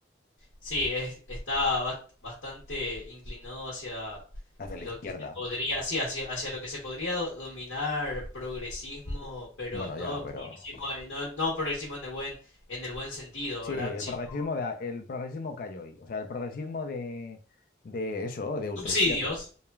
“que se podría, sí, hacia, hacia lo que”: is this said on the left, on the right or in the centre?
Left